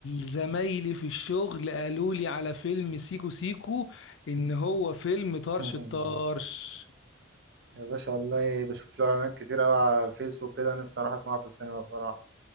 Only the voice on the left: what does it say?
زمايلي في الشغل قالوا لي على فيلم سيكو سيكو ان هو فيلم طرش
الطرش